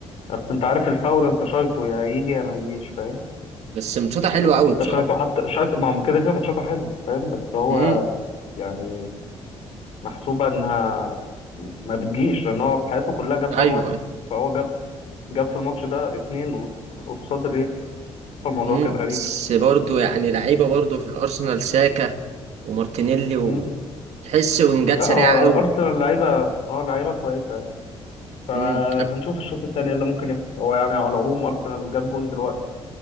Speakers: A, on the left; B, on the right.
A: بس انت عارف الفاول انت شايطه يا يجي يا ما يجيش فاهم
B: بس ماتشاتها حلوه قوي
A: انت
B: بصراحه
A: شايطه حتى شايطه ما هو كده كده ماتشاته حلو فاهم بس هو
B: امم
A: يعني محسوبة انها ما بتجيش لان هو في حياته كلها جاب جون
B: ايوه
A: واحد فهو جاب جاب في الماتش ده اتنين قصاد الريال فالموضوع
B: امم
A: كان غريب
B: بس
A: شوية
B: برضه يعني لعيبه برضه في الارسنال ساكا ومارتينيلي وتحس
A: مم.
B: وينجات
A: لا
B: سريعه
A: هو
B: قوي
A: ارسنال لعيبة اه لعيبة كويسة يعني. فهنشوف
B: امم
A: الشوط التاني إيه اللي ممكن يحصل هو يعني على العموم ارسنال جاب جون دلوقتي